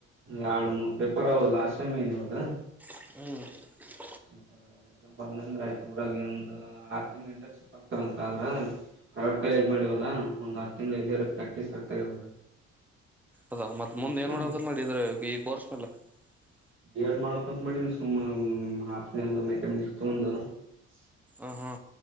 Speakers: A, on the right; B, in the centre.
A: ಎರಡು ಮೂರ್ <unintelligible> ಪೇಪರ್ ಲಷ್ಟಟೈಮ <unintelligible>
B: ಹ್ಮ್
A: ಆಯ್ತ ಎಕ್ಸಾಮ್ ಬರ್ದೇನಾದ್ರ ಆಯ್ತು <unintelligible> ಊರಾಗಂದು ಆರ್ ತಿಂಗಳ ಇಂಟರ್ನ್ಶಿಪ್ ಆಗ್ತಾರಂತ ಆದ್ರ ಪ್ರೈವೇಟ್ ಕಾಲೇಜ್ ಮಾಡಿವಲ್ಲ ಒಂದ್ ಆರ್ ತಿಂಗ್ಳ್ ಇದಾರೆ <unintelligible> ಪ್ರಾಕ್ಟೀಸ್ ಆಗ್ತಾರೆ ಇವಾಗ
B: ಅದಾ <unintelligible> ಮತ್
A: ಅದ್ ಮಾಡ್ಕೊಂಡು
B: ಮುಂದ್ ಏನ್ ಮಾಡಕಂತ ಮಾಡಿದ್ರೆ ಈ ಕೊರ್ಸಲ್ಲ <unintelligible>
A: <unintelligible>
B: ಹ ಹಾ